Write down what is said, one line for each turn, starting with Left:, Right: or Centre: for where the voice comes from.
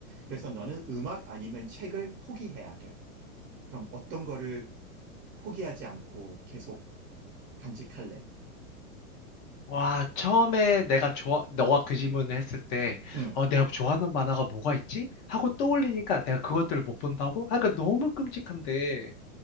Right: 그래서 너는 음악 아니면 책을 포기해야 돼. 그럼 어떤 거를 포기하지 않고 계속 간직할래?
Left: 와, 처음에 내가 좋아, 너가 그 질문을 했을 때,
Right: 응.
Left: 어, 내가 좋아하는 만화가 뭐가 있지? 하고 떠올리니까 내가 그것들을 못 본다고? 아, 그러니까 너무 끔찍한데.